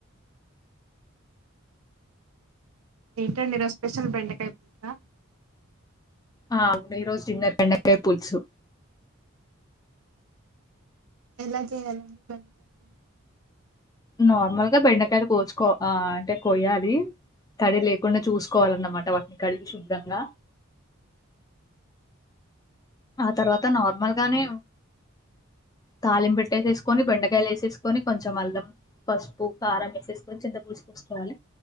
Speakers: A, on the right; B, on the left.
A: ఏంటండీ ఈరోజు స్పెషల్ బెండకాయ పులుసా.
B: ఆ అవును ఈ రోజు డిన్నర్ బెండకాయ పులుసుు.
A: ఎలా చేయాలండి బెండకాయ పులు
B: నార్మల్గా బెండకాయలు కోచుకో ఆ అంటే కోయాలి తడి లేకుండా చూసుకోవాలన్నమాట వాటిని కడిగి శుద్ధంగా ఆ తర్వాత నార్మల్ గానే తళిం పెెట్ట వేసేసుకొని బెండకాయలు వేసేసుకొని కొంచెం అల్లం పసుపు కారం వేసేసుకొని చింత పూడిసుకసుకోవాలి